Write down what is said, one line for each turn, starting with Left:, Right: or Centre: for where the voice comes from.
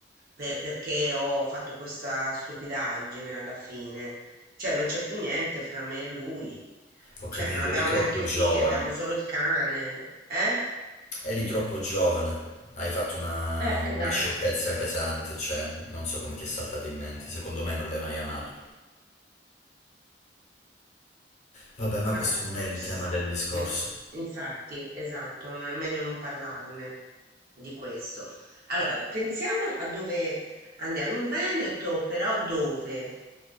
Right: per- perché ho fatto questa stupidaggine alla fine, cioè non c'è più niente fra me e lui,
Left: ho capito,
Right: cioè non abbiamo
Left: eri troppo
Right: neanche
Left: giovane,
Right: figli, abbiamo solo il cane, eh?
Left: eri troppo giovane, hai fatto una,
Right: Eh, esatto.
Left: una sciocchezza pesante, cioè non so come ti è saltata in mente, secondo me non l'hai mai amato. Vabbè, ma
Right: Vabbè,
Left: questo non è il
Right: s-
Left: tema del discorso.
Right: no, infatti, esatto, non è meglio non parlarne di questo. Allora, pensiamo a dove andiamo, in Veneto, però dove?